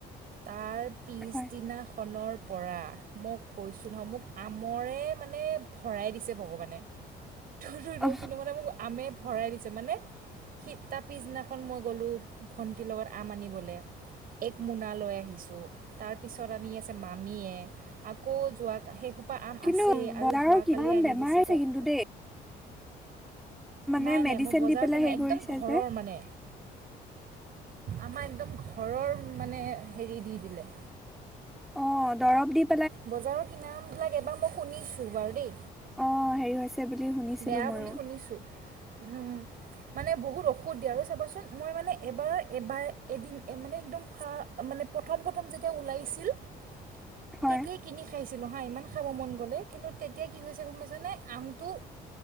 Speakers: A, on the right (about 60°); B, in the centre.
A: তাৰ পিছদিনা
B: হয়
A: খনৰ- পৰা মোক কৈছোঁ নহয়, মোক আমৰে মানে ভৰাই দিছে ভগৱানে। কিন্তু
B: অ
A: মানে মোক আমে ভৰাই দিছে, মানে- সি তাৰ পিছদিনাখন মই গ'লোঁ ভণ্টিৰ লগত আম আনিবলে। এক মোনা লৈ আহিছোঁ, তাৰপিছত আনি আছে মামীয়ে- আকৌ যোৱা সেইসোপা আম
B: কিন্তু
A: আছেই,
B: বজাৰৰ
A: আৰু যোৱাকালি
B: কিমান
A: আনি
B: বেমাৰ
A: দিছে
B: হৈছে
A: কক-
B: কিন্তু দেই। মানে
A: নাই
B: মেডিচিন
A: নাই মোৰ বজাৰ
B: দি পেলাই
A: কে নাই
B: হেৰি
A: একদম
B: কৰিছে
A: ঘৰৰ
B: যে।
A: মানে। আমাৰ একদম ঘৰৰ মানে হেৰি দি দিলে।
B: অঁ দৰৱ দিব-
A: বজাৰৰ কিনামবিলাক এবাৰ মই শুনিছোঁ বাৰু দেই।
B: অ হেৰি হৈছে বুলি শুনিছিলো
A: বেয়া
B: ময়ো
A: বুলি শুনিছো, উম'। মানে বহুত ঔষধ দিয়ে আৰু চাবচোন, মই মানে এবাৰ এবাৰ এদিন মানে একদম ফা- মানে প্ৰথম প্ৰথম যেতিয়া ওলাইছিল, -
B: হয়
A: তেতিয়াই কিনি খাইছিলোঁ হাঁ ইমান খাব মন গ'লে, কিন্তু তেতিয়া কি হৈছে গম পাইছানে? আমটো-